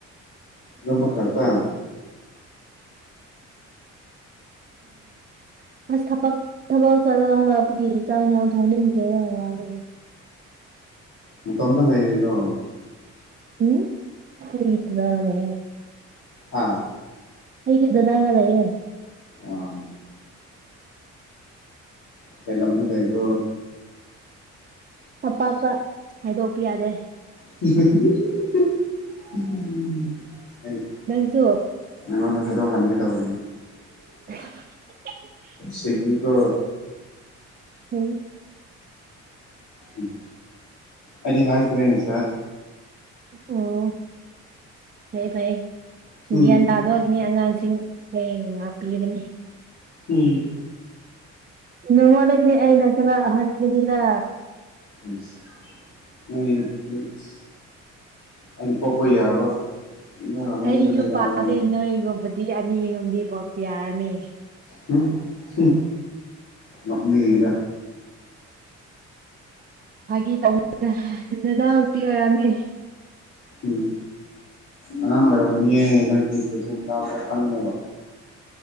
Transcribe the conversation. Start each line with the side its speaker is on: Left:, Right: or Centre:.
Left: ꯏꯔꯣꯟꯕ ꯈꯛꯇꯪ
Right: ꯑꯁ ꯊꯕꯛ ꯊꯕꯛ ꯆꯠꯂꯒ ꯍꯂꯛꯄꯒꯤ ꯆꯥꯡ ꯍꯦꯟꯖꯥꯡ ꯊꯣꯡꯅꯤꯡꯗꯦꯗ ꯋꯥꯕꯒꯤ
Left: ꯅꯇꯣꯝꯇ ꯂꯩꯔꯤꯔꯣ
Right: ꯎꯝ ꯈꯣꯏ ꯗꯥꯗꯥꯒ ꯂꯩꯌꯦ
Left: ꯍꯥ
Right: ꯑꯩꯒꯤ ꯗꯥꯗꯥ ꯒ ꯂꯩꯌꯦ
Left: ꯑꯥ ꯀꯩ ꯂꯝꯗ ꯂꯩꯕ꯭ꯔꯣ
Right: ꯇꯝꯄꯥꯛꯇ ꯍꯥꯏꯗꯣꯛꯄ ꯌꯥꯗꯦ
Left: <unintelligible>
Right: ꯅꯪꯖꯨ
Left: ꯅꯪꯉꯣꯟꯗ ꯍꯥꯏꯗꯣꯛꯍꯟꯒꯦ ꯇꯧꯕꯅꯤꯗ
Right: <unintelligible>
Left: ꯁꯤꯡꯉꯤꯀꯣ
Right: ꯎꯝ
Left: ꯎꯝ ꯑꯩꯗꯤ ꯍꯥꯏꯈ꯭ꯔꯦ ꯉꯁꯥꯏ
Right: ꯑꯣ ꯐꯩꯌꯦ ꯐꯩꯌꯦ
Left: ꯍꯨꯝ
Right: ꯒ꯭ꯌꯥꯟ ꯇꯥꯗꯣꯒꯤꯅꯦ ꯑꯉꯥꯡꯁꯤꯡ ꯑꯦ ꯉꯥꯛꯄꯤꯑꯒꯅꯤ
Left: ꯎꯝ
Right: ꯅꯉꯣꯟꯗꯩꯗꯤ ꯑꯩꯅ ꯈꯔ ꯑꯍꯟꯒꯅꯤꯗ
Left: ꯏꯁ ꯅꯪꯒꯤ ꯏꯁ ꯑꯩꯅ ꯄꯣꯛꯄ ꯌꯥꯕ ꯌꯥꯔꯝꯒꯅꯤꯗꯥ
Right: ꯑꯩ
Left: ꯅꯣꯏꯗꯥꯋꯥꯏꯔꯝ
Right: ꯌꯨꯝ ꯄꯥꯜꯂꯦ ꯅꯣꯏꯒꯨꯝꯕꯗꯤ ꯑꯅꯤ ꯑꯍꯨꯝꯗꯤ ꯄꯣꯛꯄ ꯌꯥꯔꯅꯤ
Left: ꯍꯨꯝ ꯍꯨꯝ ꯅꯣꯛꯅꯤꯡꯉꯤꯗ
Right: ꯐꯥꯒꯤ ꯇꯧꯅꯤꯗ ꯅꯅꯥꯎꯄꯤ ꯑꯣꯏꯔꯝꯅꯤ
Left: ꯎꯝ ꯑꯉꯥꯡ ꯑꯣꯏꯔꯝꯒꯅꯤꯌꯦ ꯅꯣꯏꯒꯤ ꯈꯣꯟꯖꯦꯜ ꯇꯥꯕꯗ ꯈꯪꯉꯦꯕ